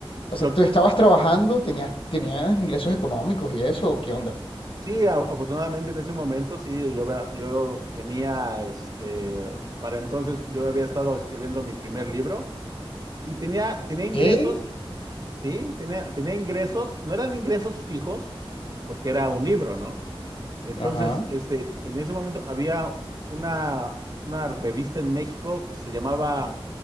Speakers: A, on the left; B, on the right.
A: O sea,
B: lo,
A: tú estabas trabajando, tenías, tenías ingresos económicos y eso, ¿o ¿qué onda?
B: Sí, a- afortunadamente en ese momento sí, yo, había- yo tenía, este, para entonces yo había estado escribiendo mi primer libro y tenía, tenía ingresos,
A: ¿Qué?
B: sí, tenía, tenía ingresos, no eran ingresos fijos porque era un libro, ¿no? Entonces,
A: Ajá,
B: este, en ese momento había una, una revista en México que se llamaba